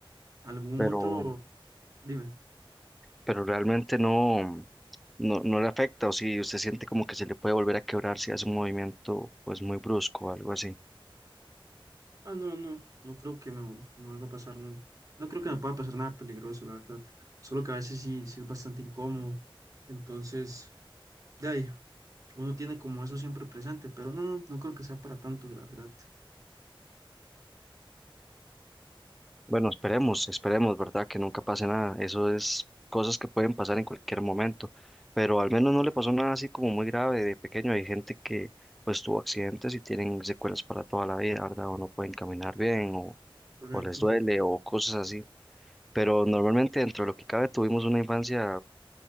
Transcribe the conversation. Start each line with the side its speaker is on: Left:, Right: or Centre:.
Right: algún
Centre: pero,
Right: otro? Dime.
Centre: pero realmente no, no, no le afecta o si usted siente como que se le puede volver a quebrar si hace un movimiento pues muy brusco o algo así.
Right: Ah, no, no, no creo que me, vu- me vuelva a pasar, n- no, creo que me pueda pasar nada peligroso, la verdad. Solo que a veces sí, sí es bastante incómodo. Entonces, de ahí, uno tiene como eso siempre presente, pero no, no, no creo que sea para tanto, la verdad.
Centre: Bueno, esperemos, esperemos, ¿verdad? Que nunca pase nada. Eso es cosas que pueden pasar en cualquier momento. Pero al menos no le pasó nada así como muy grave de pequeño. Hay gente que pues tuvo accidentes y tienen secuelas para toda la vida, ¿verdad? O no pueden caminar bien o,
Right: Correcto.
Centre: o les duele o cosas así. Pero normalmente dentro de lo que cabe tuvimos una infancia,